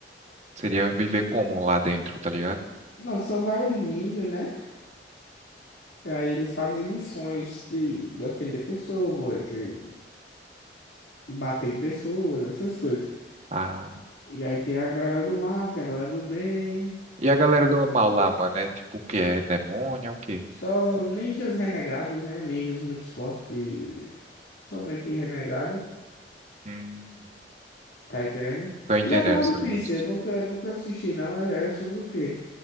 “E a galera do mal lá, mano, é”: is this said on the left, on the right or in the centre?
Right